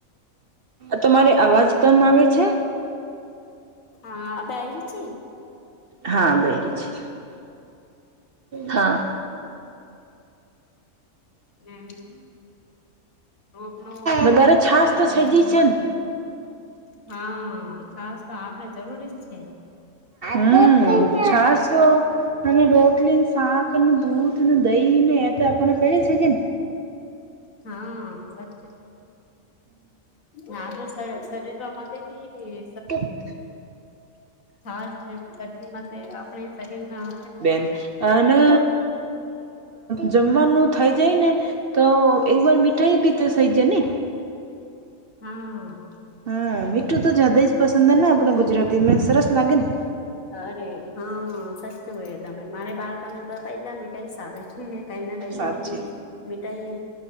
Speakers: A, on the right (about 50°); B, on the left (about 70°).
A: તમારે અવાજ કમ આવે છે
B: હા બાયરી ચે
A: હા બાયરી છે હા
B: હમ રોટલો
A: વધારે છાસ
B: <inaudible>
A: તો થઈ જઈ છે ને
B: હા છાસ તો આપણે જરૂરી જ છે
A: હમ છસો અને રોટલી શાક, દૂધ ને દહી ને એ તો આપને પેલે છે જેમ
B: હા <inaudible> <inaudible> સરસ છે કે ભાઈ,
A: હમ
B: છાસ ગરમીમાં આપણે શરીર ના
A: ન અને જમવાનું થઈ જાય ને, તો એકવાર મીઠાઈ બી તો સઈજ ને.
B: હા.
A: હા
B: બરાબર
A: મીઠું તો જ્યાદા જ પસંદ ને આપણ ગુજરાતી મે સરસ લાગે ને.
B: અરે હા સસ્તું હોય તમે મારે બાળક ન તો પેલા મીઠાઈસ આવે. કઈ ના કઈ
A: સાચી
B: મમ્મી, મિઠાઈ